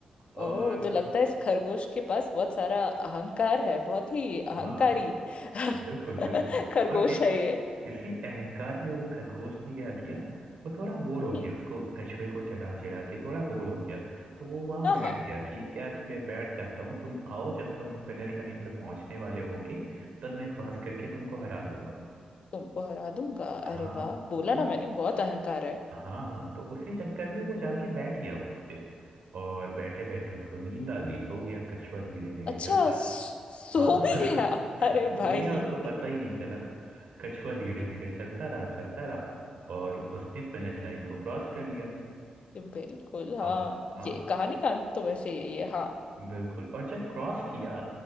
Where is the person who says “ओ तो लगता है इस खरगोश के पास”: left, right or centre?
Left